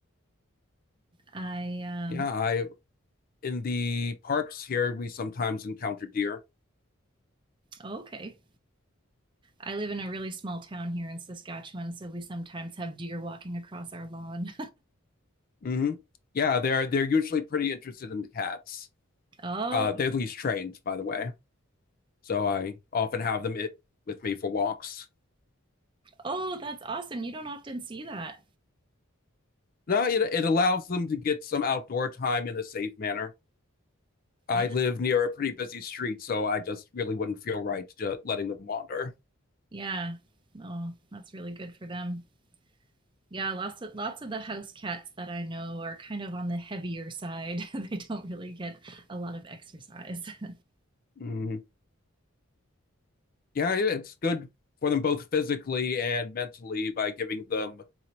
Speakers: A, on the right; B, on the left.
A: I, um
B: Yeah, I in the parks here we sometimes encounter deer.
A: oh, okay. I live in a really small town here in Saskatchewan, so we sometimes have deer walking across our lawn.
B: hmm Yeah, they're they're usually pretty interested in the cats.
A: Oh,
B: Uh, they're least trained, by the way. So I often have them it, with me for walks.
A: oh, that's awesome. You don't often see that.
B: No, it it allows them to get some outdoor time in a safe manner. I
A: Yeah,
B: live near a pretty busy street, so I just really wouldn't feel right to letting them wander.
A: yeah. Oh, that's really good for them. Yeah, lots of lots of the house cats that I know are kind of on the heavier side. <laughs> They don't really get a lot of exercise. <laughs>
B: Mhm. Yeah, it- it's good for them both physically and mentally by giving them